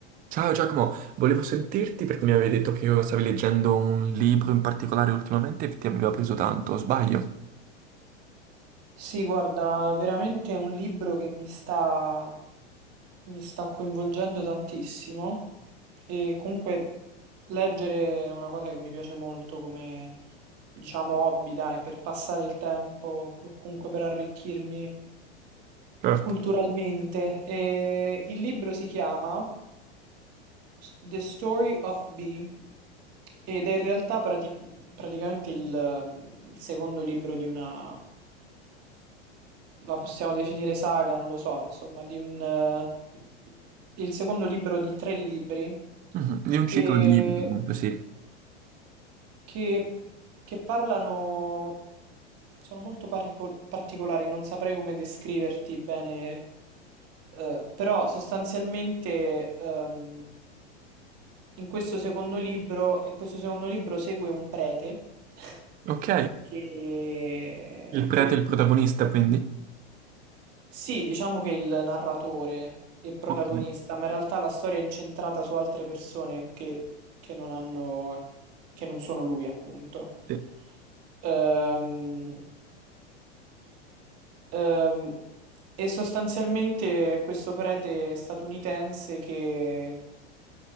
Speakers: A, on the right (about 25°); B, on the right (about 45°).
A: Ciao Giacomo, volevo sentirti perché mi avevi detto che io stavi leggendo un libro in particolare ultimamente e ti aveva preso tanto, o sbaglio?
B: Sì, guarda, veramente è un libro che mi sta, mi sta coinvolgendo tantissimo e comunque leggere è una cosa che mi piace molto come, diciamo, hobby, dai, per passare il tempo, o comunque per arricchirmi
A: Certo.
B: culturalmente. E il libro si chiama The Story of Bee ed è in realtà prati- praticamente il, ehm, il secondo libro di una, la possiamo definire saga, non lo so, insomma, di un, eh, il secondo libro di tre libri
A: Mhm, Di un
B: che
A: ciclo di libri comunque, sì.
B: che, che parlano, sono molto particol- particolari, non saprei come descriverti bene, eh, però sostanzialmente ehm, in questo secondo libro, in questo secondo libro segue un prete <laughs>
A: Ok,
B: che,
A: il prete
B: che
A: è il protagonista quindi?
B: sì, diciamo che è il narratore e protagonista,
A: Ok,
B: ma in realtà la storia è incentrata su altre persone che, che non hanno, che non sono lui, appunto.
A: sì.
B: Ehm, ehm, e sostanzialmente è questo prete statunitense che